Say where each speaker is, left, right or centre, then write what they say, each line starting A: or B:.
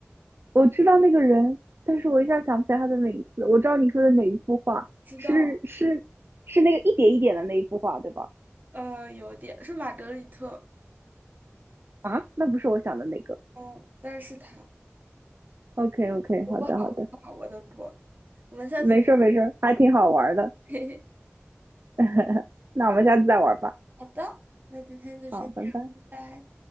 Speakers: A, on the right; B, on the right.
A: 我知道那个人，但是我一下想不起来他的名字。我知道你说的哪一幅画，
B: 知道，
A: 是是是那个一点一点的那一幅画，对吧？
B: 呃，有点是玛格丽特，
A: 啊，那不是我想的那个。
B: 嗯，但是它
A: OK OK，
B: 我不好我的锅，
A: 好的好的，
B: 我们下次再
A: 没事儿没事儿，还挺好玩儿的。
B: <laughs>
A: <laughs> 那我们下次再玩儿吧。
B: 好的，那今天就先这样，
A: 好，拜拜。
B: 拜拜。